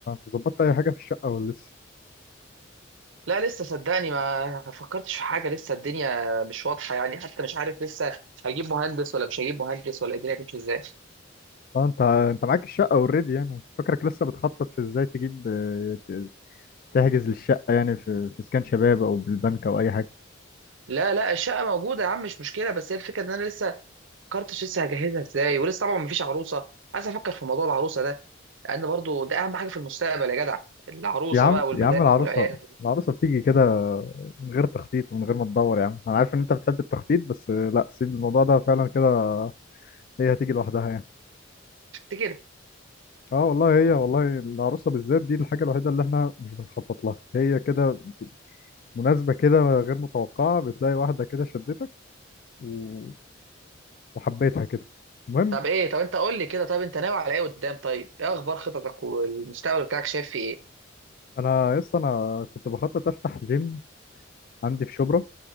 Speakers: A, on the left (about 45°); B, on the right (about 75°).
A: انت ظبطت اي حاجة في الشقة ولا لسه
B: لا لسه صدقني ما فكرتش في حاجة لسه الدنيا مش واضحة يعني حتى مش عارف لسه هجيب مهندس ولا مش هجيب مهندس ولا الدنيا هتمشي ازاي
A: اه انت انت معاك الشقة اوريدي يعني كنت فاكرك لسه بتخطط في ازاي تجيب آه، ت- تحجز للشقة يعني في في اسكان شباب او بالبنك او اي حاجة
B: لا لا الشقة موجودة يا عم مش مشكلة بس هي الفكرة ان انا لسه ما فكرتش لسه هجهزها ازاي ولسه طبعا ما فيش عروسة عايز افكر في موضوع العروسة ده لان برضو ده اهم حاجة في المستقبل يا جدع العروسة
A: يا عم
B: بقى والمدام
A: يا عم العروسة
B: والعيال
A: العروسة بتيجي كده من غير تخطيط ومن غير ما تدور يا عم انا عارف ان انت بتحب التخطيط بس آه، لا سيب الموضوع ده فعلا كده هي هتيجي لوحدها يعني
B: تفتكر
A: اه والله هي والله العروسة بالذات دي الحاجة الوحيدة اللي احنا مش بنخطط لها هي كده مناسبة كده غير متوقعة بتلاقي واحدة كده شدتك و... وحبيتها كده المهم
B: طب ايه طب انت قول لي كده طب انت ناوي على ايه قدام طيب ايه اخبار خططك والمستقبل بتاعك شايف فيه ايه
A: انا يس انا كنت بخطط افتح جيم عندي في شبرا